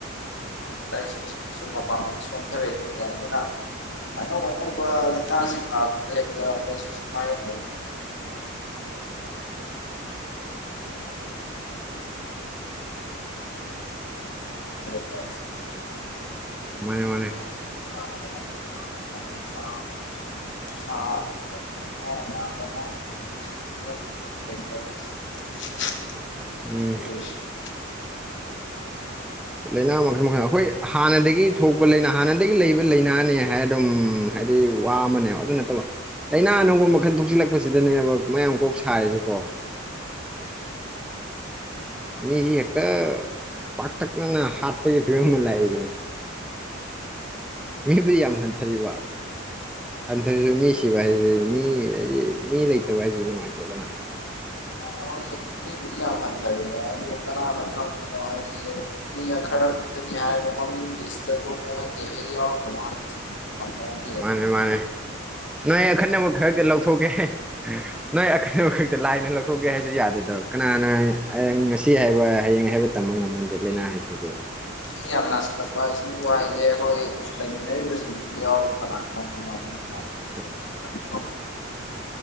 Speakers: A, on the left (about 60°); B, in the centre.
A: ꯃꯍꯤꯛ ꯃꯇꯥꯏ ꯁꯤꯡꯁꯤꯁꯨ ꯃꯄꯥꯡꯘꯜ ꯁꯣꯟꯊꯔꯛꯑꯦꯕ ꯑꯗꯨꯅ ꯑꯅꯧ ꯑꯅꯧꯕ ꯂꯥꯏꯅꯥꯁꯤꯡ ꯂꯥꯛꯄꯗ ꯍꯦꯛꯇ ꯃꯣꯏꯁꯨ ꯃꯥꯏꯌꯣꯛ <unintelligible> <unintelligible>
B: ꯃꯅꯦ ꯃꯥꯅꯦ꯫
A: <inaudible> <inaudible> <unintelligible>
B: ꯎꯝ ꯂꯥꯏꯅꯥ ꯃꯈꯜ ꯃꯈꯜ ꯑꯩꯈꯣꯏ ꯍꯥꯟꯅꯗꯒꯤ ꯊꯣꯛꯄ ꯂꯩꯅ ꯍꯥꯟꯅ ꯂꯩꯕ ꯂ ꯂꯩꯅꯥꯅꯦ ꯍꯥꯏ ꯑꯗꯨꯝ ꯍꯥꯏꯗꯤ ꯋꯥ ꯑꯃꯅꯦꯕ ꯑꯗꯨ ꯅꯠꯇꯕ ꯂꯩꯥꯏꯅꯥꯅꯒꯨꯝꯕ ꯃꯈꯟ ꯊꯣꯛꯆꯜꯂꯛꯄꯁꯤꯗꯅꯦꯕ ꯃꯌꯥꯝ ꯀꯣꯛ ꯁꯥꯔꯤꯁꯦꯀꯣ ꯃꯤꯁꯤ ꯍꯦꯛꯇ ꯄꯥꯛꯇꯛꯅꯅ ꯍꯥꯠꯄꯒꯤ ꯐꯤꯕꯝ ꯑꯃ ꯂꯥꯛꯏꯅꯦ꯫ ꯃꯤꯕꯨꯗꯤ ꯌꯥꯝ ꯍꯟꯊꯔꯤꯕ ꯍꯟꯊꯁꯨ ꯃꯤ ꯁꯤꯕ ꯍꯥꯏꯁꯦ ꯃꯤ ꯍꯥꯏꯗꯤ ꯃꯤ ꯂꯩꯇꯕ ꯍꯥꯏꯁꯤ ꯅꯨꯡꯉꯥꯏꯇꯦꯗꯅ
A: <unintelligible> ꯃꯤ ꯑꯈꯔ ꯍꯥꯏ ꯀꯃ ꯁꯇꯣ ꯄ ꯂꯃ ꯑꯣꯣꯝ
B: ꯃꯥꯅꯦ ꯃꯥꯅꯦ ꯅꯣꯏ ꯑꯈꯟꯅꯕ ꯈꯔꯗꯤ ꯂꯧꯊꯣꯛꯀꯦ꯫ ꯅꯣꯏ ꯑꯈꯟꯅꯕ ꯈꯛꯇ ꯂꯥꯏꯅ ꯂꯧꯊꯣꯛꯀꯦ ꯍꯥꯏꯁꯨ ꯌꯥꯗꯦꯗꯕ ꯀꯅꯥꯅ ꯉꯁꯤ ꯍꯥꯏꯕ ꯍꯌꯦꯡ ꯍꯥꯏꯕ ꯇꯝꯕ ꯉꯝꯃꯝꯗ꯭ꯔꯦ ꯂꯥꯏꯅꯥ ꯍꯥꯏꯁꯤꯕꯨ
A: ꯃꯤ ꯌꯥꯝ ꯅꯥꯁꯤꯂꯛꯄ ꯍꯥꯏꯁꯤꯅꯕꯨ ꯍꯥꯏꯗꯤꯦ ꯑꯩꯈꯣꯏ ꯂꯩꯃꯤꯟꯅꯔꯤꯕꯁꯤꯡꯁꯤ ꯌꯥꯎ ꯀꯅꯥ ꯈꯪꯗꯅꯣ
B: <inaudible>
A: <inaudible>